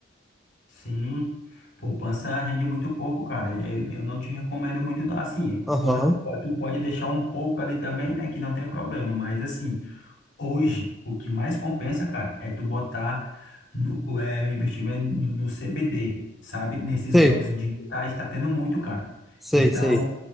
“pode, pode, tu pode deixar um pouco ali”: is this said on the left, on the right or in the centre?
Left